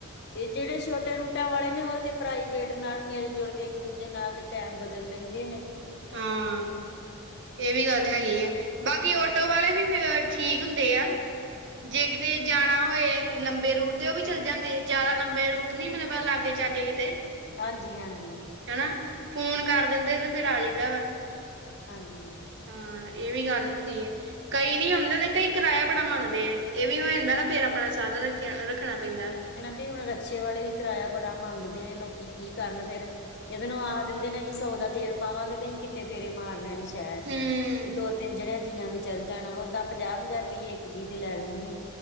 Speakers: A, on the left; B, on the right.
A: ਤੇ ਜੇੜੇ ਛੋਟੇ ਰੂਟਾਂ ਵਾਲੇ ਨੇ ਓ ਤੇ ਪ੍ਰਾਈਵੇਟ ਨਾਲ ਮਿਲ ਜੁਲ ਕੇ ਇੱਕ ਦੂਜੇ ਨਾਲ ਟੈਮ ਬਦਲ ਲੈਂਦੇ ਨੇ।
B: ਹੂੰ, ਏ ਵੀ ਗੱਲ ਹੈਗੀ ਆ ਬਾਕੀ ਆਟੋ ਵਾਲੇ ਵੀ ਠੀਕ ਹੁੰਦੇ ਆ। ਜੇ ਕਿਤੇ ਜਾਣਾ ਹੋਏ ਲੰਬੇ ਰੂਟ ਤੇ ਓ ਵੀ ਚੱਲ ਜਾਂਦੇ। ਜਾਦਾ ਲੰਬੇ ਰੂਟ ਨੀ ਮਤਲਬ ਲਾਗੇ ਸ ਚਾਗੇ ਕਿਤੇ
A: ਹਾਂਜੀ-ਹਾਂਜੀ,
B: ਹਨਾ ਫੋਨ ਕਰ ਦਿੰਦੇ ਤੇ ਫੇਰ ਆ ਜਾਂਈ ਦਾ ਵਾ।
A: ਹਾਂਜੀ
B: ਹੂੰ ਏ ਵੀ ਗੱਲ ਹੁੰਦੀ ਏ। ਕਈ ਨੀ ਆਉਂਦੇ ਤੇ ਕਈ ਕਿਰਾਇਆ ਬੜਾ ਮੰਗਦੇ ਆ ਏ ਵੀ ਹੋ ਜਾਂਦਾ ਨਾ ਫੇਰ ਆਪਣਾ ਤਾਂ ਦ ਰੱਖਿਆ ਰੱਖਣਾ ਪੈਂਦਾ।
A: ਨੀ ਹੁਣ ਰਕਸ਼ੇ ਵਾਲੇ ਵੀ ਕਿਰਾਯਾ ਬੜਾ ਮੰਗਦੇ ਨੇ ਲੋਕੀ ਕੀ ਕਰਨ ਫੇਰ। ਇਹਦੇ ਨੁ ਆਖ ਦਿੰਦੇ ਨੇ ਸੀਂ ਸੌ ਦਾ ਤੇਲ ਪਾਵਾਂਗੇ ਤੇ ਅਹੀ ਕਿੰਨੇ ਫੇਰੇ ਮਾਰ ਲੈਣੇ ਸੀ। ਚੈਰ
B: ਹੂੰ
A: ਦੋ-ਤਿੰਨ ਜਣਿਆਂ ਦੀਆਂ ਵੀ ਚੱਲ ਜਾਣ, ਓਦਾਂ ਪੰਜਾ-ਪੰਜਾ ਰੁਪਈਏ ਇੱਕ ਜੀਅ ਦੇ ਲੈ ਲੈਂਦੇ।